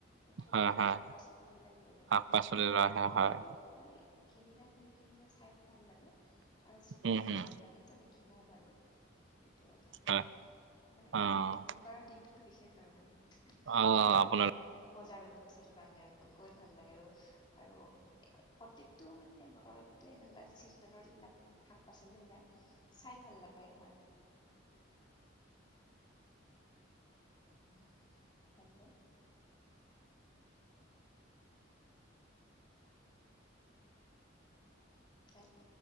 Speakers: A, on the left; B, on the right.
A: থলুৱা
B: হয়, হয়,
A: শাক পাচলি বিলাক লৈ আহে
B: শাক-পাচলি লোৱা
A: আৰু
B: হয়,
A: সেইবোৰ
B: হয়,
A: মানে কিনিলেও নিকিনিলেও চাইও ভাল লাগে আৰু যিবোৰ
B: উম, উম,
A: ভাল লাগে আমি কিনো বাৰু সেইটোও এটা কথা
B: হয়,
A: মানে সেইকাৰণে
B: অ',
A: বুদ কৰৰ দিনটো বিশেষ আৰু মানে
B: অ',
A: বজাৰৰ
B: আপোনাৰ
A: কাৰণে। বজাৰ ব্যৱস্থাটোৰ কাৰণে আৰু গৈ ভাল লাগে আৰু আৰু প্ৰতেয়েকটো মানে বাৰতে মানে চিজনৰ যিবিলাক শাক পাচলি ওলায়। চাই ভাল লাগে নহয়। অ হেল্ল' হেল্ল'